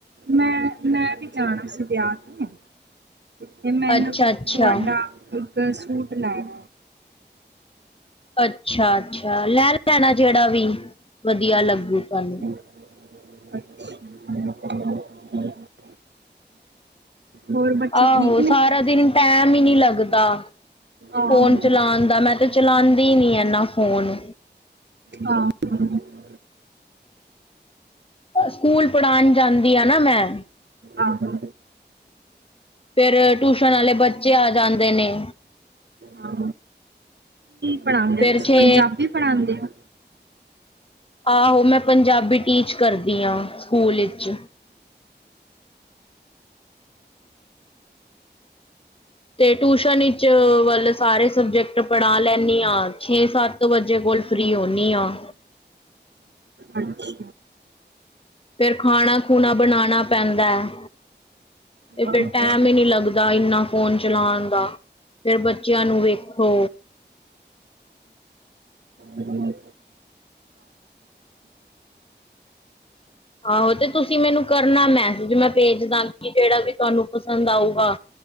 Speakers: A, on the right; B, on the left.
A: ਮੈਂ- ਮੈਂ ਵੀ ਜਾਣਾਂ ਸੀ ਵਿਆਹ ਤੇ- ਤੇ ਮੈਨੂੰ
B: ਅੱਛਾ
A: ਵੀ
B: ਅੱਛਾ
A: ਤੁਹਾਡਾ। ਇੱਕ ਸੂਟ ਲੈਣ
B: ਅੱਛਾ- ਅੱਛਾ ਲੈ ਲੈਣਾ ਜਿਹੜਾ ਵੀ ਵਧੀਆ ਲੱਗੂ ਤੁਹਾਨੂੰ।
A: ਅੱਛਾ। ਹੋਰ ਬੱਚੇ
B: ਆਹੋ
A: ਠੀਕ ਨੇ
B: ਸਾਰਾ ਦਿਨ ਟੈਮ ਈ ਨੀ ਲੱਗਦਾ,
A: ਆਹੋ
B: ਫੋਨ ਚਲਾਣ ਦਾ ਮੈਂ ਤੇ ਚਲਾਦੀ ਈ ਨੀ ਐਨਾ ਫ਼ੋਨ।
A: ਹਾਂ। <unintelligible>
B: ਆ ਸਕੂਲ ਪੜਾਣ ਜਾਂਦੀ ਆ ਨਾ ਮੈਂ।
A: ਆਹੋ।
B: ਫੇਰ ਟੂਸ਼ਨ ਵਾਲੇ ਬੱਚੇ ਆ ਜਾਂਦੇ ਨੇ।
A: ਹਾਂ ਪੜਾਦੇ
B: ਫਿਰ
A: ਔ ਤੁਸੀਂ
B: ਛੇ
A: ਪੰਜਾਬੀ ਪੜਾਦੇ ਔ?
B: ਆਹੋ ਮੈਂ ਪੰਜਾਬੀ ਟੀਚ ਕਰਦੀ ਆ ਸਕੂਲ ਵਿੱਚ। ਤੇ ਟਿਊਸ਼ਨ ਵਿੱਚ ਵੱਲ ਸਾਰੇ ਸਬਜੈਕਟ ਪੜ੍ਹਾ ਲੈਂਨੀ ਆ ਛੇ ਸੱਤ ਸੱਤ ਵਜੇ ਕੋਲ ਫ੍ਰੀ ਹੁੰਨੀ ਆ।
A: ਅੱਛਾ।
B: ਫੇਰ ਖਾਣਾ ਖੂਣਾ ਬਣਾਣਾ ਪੈਂਦਾ ਐ। ਤੇ ਫੇਰ
A: ਆਹੋ
B: ਟੈਮ ਈ ਨੀ ਲੱਗਦਾ ਇਨਾ ਫੋਨ ਚਲਾਣ ਦਾ। ਫਿਰ ਬੱਚਿਆਂ ਨੂੰ ਵੇਖੋ
A: ਹੂੰ
B: ਆਹੋ ਤੇ ਤੁਸੀਂ ਮੈਨੂੰ ਕਰਨਾ ਮੈਸੇਜ ਮੈਂ ਭੇਜ ਦਾਂਗੀ ਜਿਹੜਾ ਵੀ ਤੁਹਾਨੂੰ ਪਸੰਦ ਆਊਗਾ।